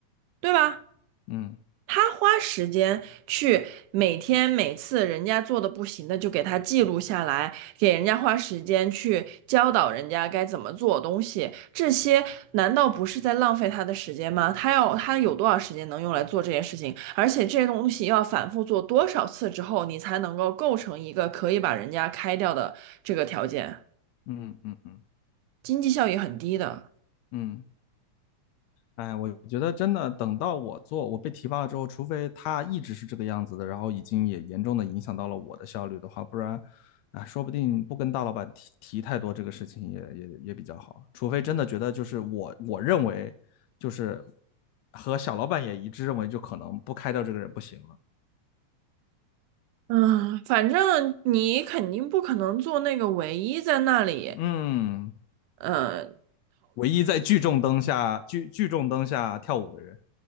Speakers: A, on the right (about 85°); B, on the left (about 75°).
A: 对吧？
B: 嗯
A: 他花时间去每天每次人家做的不行的就给他记录下来，给人家花时间去教导人家该怎么做东西，这些难道不是在浪费他的时间吗？他要他有多少时间能用来做这些事情？而且这些东西要反复做多少次之后，你才能够构成一个可以把人家开掉的这个条件，
B: 嗯嗯嗯嗯。
A: 经济效益很低的。
B: 嗯哎，我觉得真的，等到我做，我被提拔了之后，除非他一直是这个样子的，然后已经也严重的影响到了我的效率的话，不然，啊，说不定不跟大老板提提太多这个事情也也也比较好。除非真的觉得就是我我认为就是和小老板也一致认为，就可能不开掉这个人不行了。
A: 嗯，反正你肯定不可能做那个唯一在那里。
B: 嗯，
A: 嗯，
B: 唯一在聚众灯下聚聚众灯下跳舞的人。